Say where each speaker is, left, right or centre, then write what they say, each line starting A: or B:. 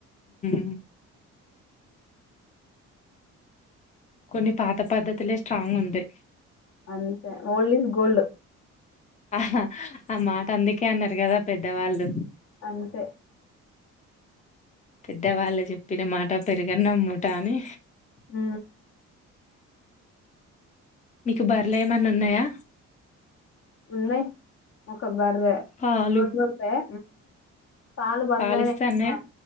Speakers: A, on the left; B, on the left.
A: ఉ కొన్ని పాత పద్ధతులే స్ట్రాంగ్ ఉంటాయి
B: అంతే ఓల్డ్ ఇస్ గోల్డ్
A: హా ఆ మాట అందుకే అన్నారు కదా పెద్దవాళ్ళు
B: అంతే
A: పెద్దవాళ్ళు చెప్పిన మాట పెరిగన్నమ్ముటా అని
B: ఉ
A: మీకు బార్లు ఏమన్నా ఉన్నాయా
B: ఉన్నాయి ఒక బర్రే
A: పాలు
B: రెండుంటయా పాలు బంద్
A: పాలిస్తే
B: అయినాయి
A: అన్నయ్య
B: పా